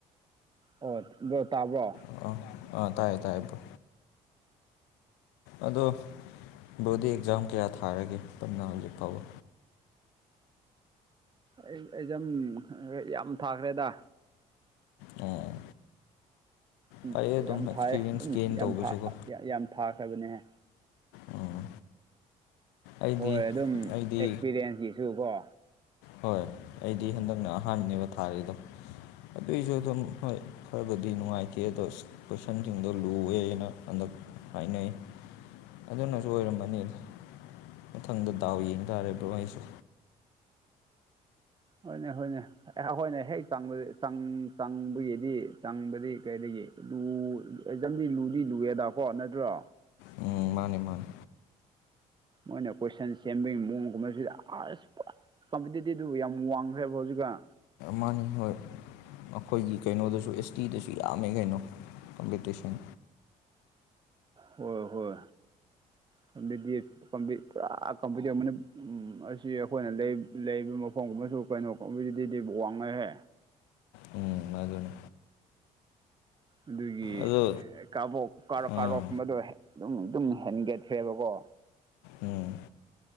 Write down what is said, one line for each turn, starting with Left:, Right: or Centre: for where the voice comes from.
Right: ꯑꯣ ꯕ꯭ꯔꯣ ꯇꯥꯕ꯭ꯔꯣ
Left: ꯑꯥ ꯑꯥ ꯑꯥ ꯇꯥꯏꯌꯦ ꯇꯥꯏꯌꯦ ꯕ꯭ꯔꯣ ꯑꯗꯣ ꯕ꯭ꯔꯣꯗꯤ ꯑꯦꯛꯖꯥꯝ ꯀꯌꯥ ꯊꯥꯔꯒꯦ ꯄꯨꯟꯅ ꯍꯧꯖꯤꯛ ꯐꯥꯎꯕ
Right: ꯑꯩ ꯑꯦꯛꯖꯥꯝ ꯍꯥ ꯌꯥꯝ ꯊꯥꯈ꯭ꯔꯦꯗ
Left: ꯑꯣ
Right: ꯎꯝ
Left: ꯐꯩꯌꯦ ꯑꯗꯨꯝ
Right: ꯌꯥꯝ
Left: ꯑꯦꯛꯁꯄꯤꯔꯤꯌꯦꯟꯁ
Right: ꯊꯥꯏꯌꯦ ꯑꯗꯨꯝ
Left: ꯒꯦꯟ
Right: ꯌꯥꯝ
Left: ꯇꯧꯕꯁꯨꯀꯣ
Right: ꯊꯥ ꯌꯥ ꯌꯥꯝ ꯊꯥꯈ꯭ꯔꯥꯕꯅꯦꯍꯦ
Left: ꯎꯝ ꯑꯩꯗꯤ
Right: ꯍꯣꯏ ꯑꯗꯨꯝ
Left: ꯑꯩꯗꯤ
Right: ꯑꯦꯛꯁꯄꯤꯔꯤꯌꯦꯟꯁꯀꯤꯁꯨ ꯒꯣ
Left: ꯍꯣꯏ ꯑꯩꯗꯤ ꯍꯟꯗꯛꯅ ꯑꯍꯥꯟꯕꯅꯦꯕ ꯊꯥꯔꯤꯗꯣ ꯑꯗꯨꯏꯁꯨ ꯑꯗꯨꯝ ꯍꯣꯏ ꯈꯔꯕꯨꯗꯤ ꯅꯨꯡꯉꯥꯏꯇꯦ ꯑꯗꯣ ꯀꯣꯏꯁꯟꯁꯤꯡꯗꯣ ꯂꯨꯋꯦꯅ ꯍꯟꯗꯛ ꯍꯥꯏꯅꯩ ꯑꯗꯨꯅꯖꯨ ꯑꯣꯏꯔꯝꯃꯅꯤꯅꯦ ꯃꯊꯪꯗ ꯗꯥꯎ ꯌꯦꯡ ꯇꯥ ꯕ꯭ꯔꯣ ꯑꯩꯁꯨ
Right: ꯍꯣꯏꯅꯦ ꯍꯣꯏꯅꯦ ꯑꯦ ꯑꯩꯈꯣꯏꯅ ꯍꯦꯛ ꯆꯪꯕ ꯆꯪ ꯆꯪꯕꯒꯤꯗꯤ ꯆꯪꯕꯗꯤ ꯀꯩꯗꯒꯤ ꯂꯨ ꯑꯦꯛꯖꯥꯝꯗꯤ ꯂꯨꯗꯤ ꯂꯨꯑꯦꯗꯀꯣ ꯅꯠꯇ꯭ꯔꯣ
Left: ꯎꯝ ꯃꯥꯅꯦ ꯃꯥꯅꯦ
Right: ꯃꯣꯏꯅ ꯀꯣꯏꯁꯟ ꯁꯦꯝꯕꯒꯤ ꯃꯑꯣꯡꯒꯨꯝꯕꯁꯤ ꯑꯁ ꯄꯨꯔꯥ ꯀꯝꯄꯤꯇꯤꯇꯤꯚꯗꯨ ꯌꯥꯝ ꯋꯥꯡꯈ꯭ꯔꯦꯕ ꯍꯧꯖꯤꯛꯀꯥꯟ
Left: ꯃꯥꯅꯦ ꯍꯣꯏ ꯑꯩꯈꯣꯏꯒꯤ ꯀꯩꯅꯣꯗꯨꯁꯨ ꯑꯦꯁ ꯇꯤꯗꯁꯨ ꯌꯥꯝꯃꯦ ꯀꯩꯅꯣ ꯀꯝꯄꯤꯇꯤꯁꯟ
Right: ꯍꯣꯏ ꯍꯣꯏ ꯍꯟꯗꯛꯇꯤ ꯀꯝꯄꯤ ꯄꯨꯔꯥ ꯀꯝꯄꯤꯇꯤꯞ ꯎꯝ ꯑꯁꯤ ꯑꯩꯈꯣꯏꯅ ꯂꯩ ꯂꯩꯕ ꯃꯐꯝꯒꯨꯝꯕꯁꯨ ꯀꯩꯅꯣ ꯀꯣꯟꯄꯦꯇꯦꯇꯤꯚ ꯋꯥꯡꯉꯦꯍꯦ
Left: ꯎꯝ ꯑꯗꯨꯅꯦ
Right: ꯑꯗꯨꯒꯤ
Left: ꯑꯗꯣ
Right: ꯀꯥꯕꯣꯞ ꯀꯥꯔꯣ
Left: ꯑꯥ
Right: ꯀꯥꯔꯣ ꯒꯨꯝꯕꯗꯣ ꯍꯦꯛ ꯑꯗꯨꯝ ꯑꯗꯨꯝ ꯍꯦꯟꯒꯠꯈ꯭ꯔꯦꯕꯀꯣ
Left: ꯎꯝ